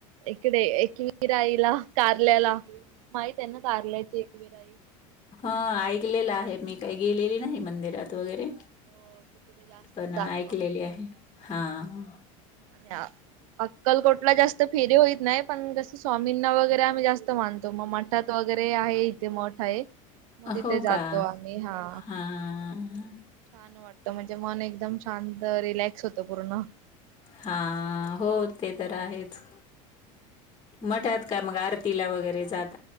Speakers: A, on the right; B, on the left.
A: इकडे एक वरईला कारल्याला माही त्यांना कारारलायच एक वराई
B: हा ऐकलेलं आहे मी काही गेलेली नाही मंदिरात वगैरे
A: हो तिकुडे जास्त
B: पण ऐकलेली
A: जातो आ लोक
B: आहे. हां.
A: आणि अक्कलकोटला जास्त फेरी होईत नाही पण जसं स्वामींना वगैरे आम्ही जास्त मानतो मग मठात वगैरे आहे इथे मोठ आहे मग तिथे
B: हो का?
A: जातो आम्ही हा.
B: हां.
A: छान वाटत म्हणजे मन एकदम शांत रिलॅक्स होतं पूर्ण
B: हा हो ते तर आहेच म्हटात काय मग अर तिला वगैरे जात.